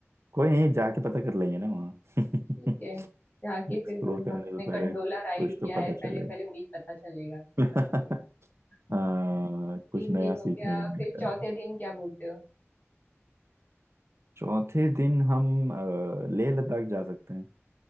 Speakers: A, on the right; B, on the left.
A: कोई नहीं जाके पता कर लेंगे ना वहाँ <laughs>
B: ठीक है जाके
A: एक्सप्लोर
B: फिर गुलमर्ग
A: करने से
B: में
A: पहले
B: गंडोला
A: कुछ
B: राइड क्या
A: तो
B: है
A: पता
B: पहले
A: चले
B: पहले वही पता चलेगा
A: <laughs>
B: हम्म।
A: आ,
B: तीन
A: कुछ नया
B: दिन हो
A: सीखने
B: गया
A: को मिलेगा
B: फिर चौथे दिन क्या बोलते हो
A: चौथे दिन हम अ, लेह लद्दाख जा सकते हैं